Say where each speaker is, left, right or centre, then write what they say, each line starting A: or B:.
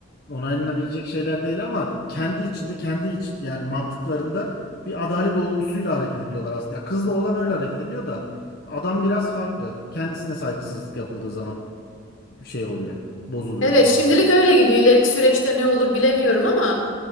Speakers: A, on the left; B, on the left.
A: onaylanabilecek şeyler değil ama kendi içinde, kendi iç, yani mantıklarında bir adalet olgusuyla hareket ediyorlar aslında. Ya kızla olan öyle hareket ediyor da adam biraz farklı. Kendisine saygısızlık yapıldığı zaman şey oluyor, bozuluyor.
B: Evet, şimdilik öyle gidiyor. İleriki süreçte ne olur bilemiyorum ama